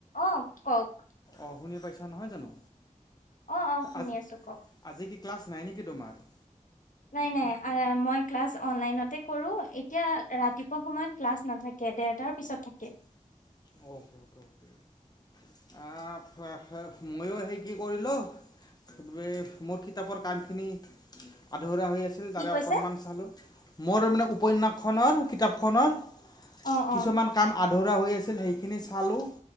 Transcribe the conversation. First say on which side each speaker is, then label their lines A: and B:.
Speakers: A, on the left (about 75°); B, on the left (about 30°).
A: অ কওক
B: অঁ শুনি পাইছা নহয় জানো
A: অ অ শুনি
B: আজি
A: আছো কওক
B: আজি কি ক্লাছ নাই নেকি তোমাৰ
A: নাই নাই মই ক্লাছ অনলাইনতে কৰো এতিয়া ৰাতিপুৱা সময়ত ক্লাছ নাথাকে তাকে ডেৰটাৰ পিছত থাকে
B: <unintelligible> মইয়ো সেই কি কৰি লোও মোৰ কিতাপৰ কামখিনি আধৰুৱা হৈ আছে
A: কি
B: ত
A: কৈছে
B: অকণমান চালো মোৰ মে উপন্যাসখনৰ কিতাপখনৰ
A: অ', অ',
B: কিছুমান কাম আধৰুৱা হৈ আছিল সেইখিনি চালোঁ